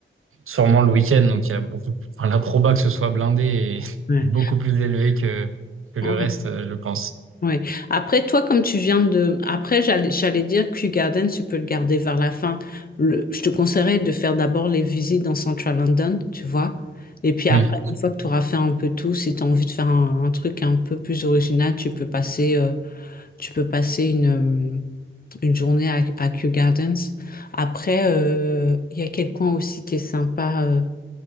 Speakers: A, on the right; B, on the left.
A: sûrement le week-end, donc il y a beaucoup enfin, la proba que ce soit blindé
B: euh. Ouais.
A: est, <laughs> est beaucoup plus élevée que que
B: Ouais.
A: le reste, euh, je pense.
B: Ouais. Après, toi, comme tu viens de... Après, j'allais, j'allais dire Kew Garden, tu peux le garder vers la fin. Le- Je te conseillerais de faire d'abord les visites dans Central London, tu vois. Et puis après,
A: Oui.
B: une fois que tu auras fait un peu tout, si tu as envie de faire un, un truc un peu plus original, tu peux passer, euh, tu peux passer une, euh, une journée à, à Kew Gardens. Après, euh, il y a quel coin aussi qui est sympa. euh.